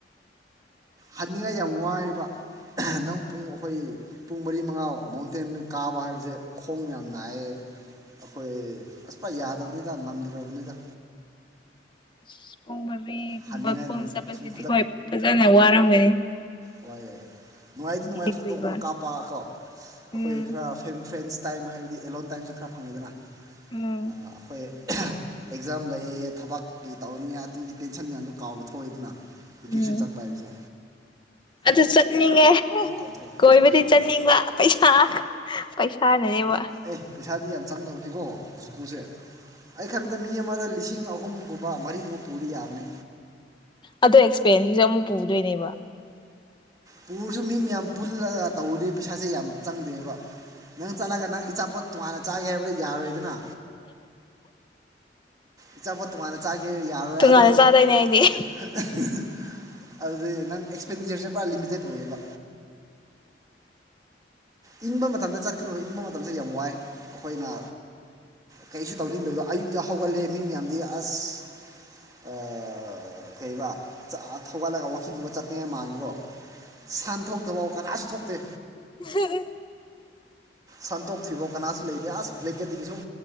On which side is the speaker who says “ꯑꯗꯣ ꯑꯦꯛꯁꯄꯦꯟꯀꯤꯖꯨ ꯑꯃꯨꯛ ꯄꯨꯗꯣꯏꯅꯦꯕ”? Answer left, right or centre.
Left